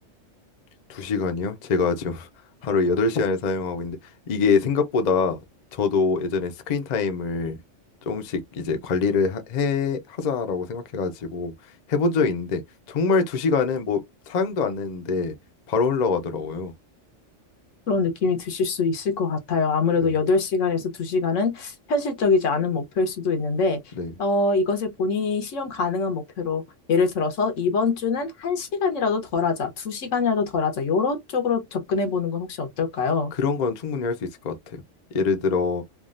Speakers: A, on the left; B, on the left.
A: 두 시간이요? 제가 지금 <laughs> 하루 8시간을 사용하고 있는데 이게 생각보다 저도 예전에 스크린 타임을 조금씩 이제 관리를 하- 해 하자라고 생각해 가지고 해본 적이 있는데 정말 두 시간은 뭐 사용도 안 했는데 바로 흘러가더라고요.
B: 그런 느낌이 드실 수 있을 것 같아요. 아무래도
A: 네.
B: 8시간에서 2시간은 현실적이지 않은 목표일 수도 있는데,
A: 네.
B: 어, 이것을 본인이 실현 가능한 목표로, 예를 들어서 이번 주는 1시간이라도 덜 하자, 2시간이라도 덜 하자, 요런 쪽으로 접근해 보는 건 혹시 어떨까요?
A: 그런 건 충분히 할 수 있을 것 같아요. 예를 들어